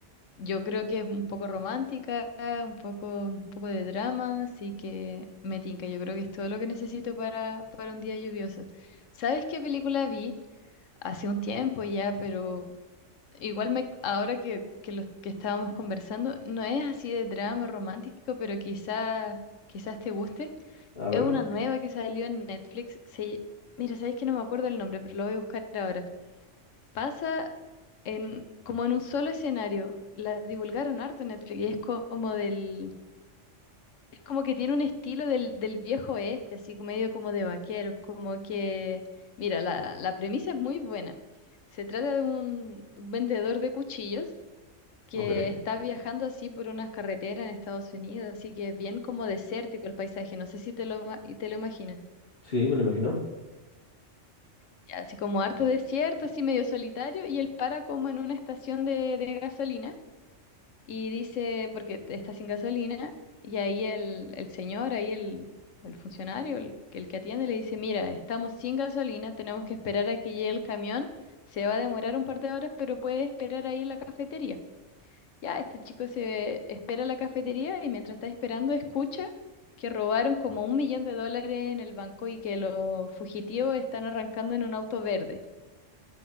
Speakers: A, on the left; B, on the left.
A: yo creo que es un poco romántica, un poco, un poco de drama, así que me tinca. Yo creo que es todo lo que necesito para, para un día lluvioso. ¿Sabes qué película vi? Hace un tiempo ya, pero Igual me, ahora que, que lo que estábamos conversando, no es así de drama romántico, pero quizá, quizás te guste.
B: A ver,
A: Es una nueva que salió en Netflix. Se, mira, sabes que no me acuerdo el nombre, pero lo voy a buscar ahora. Pasa en, como en un solo escenario. La divulgaron harto en Netflix y es como del, es como que tiene un estilo del, del viejo oeste, así como medio como de vaqueros, como que, mira, la, la premisa es muy buena. Se trata de un un vendedor de cuchillos que
B: ok.
A: está viajando así por unas carreteras en Estados Unidos, así que es bien como desértico el paisaje, no sé si te lo, ima- y te lo imaginas.
B: Sí, me lo imagino.
A: Ya, Así como harto desierto, así medio solitario, y él para como en una estación de, de gasolina y dice, porque está sin gasolina, y ahí el, el señor, ahí el, el funcionario, el, el que atiende, le dice, mira, estamos sin gasolina, tenemos que esperar a que llegue el camión, se va a demorar un par de horas, pero puede esperar ahí en la cafetería. Ya, este chico se espera en la cafetería y mientras está esperando escucha que robaron como un millón de dólares en el banco y que los fugitivos están arrancando en un auto verde.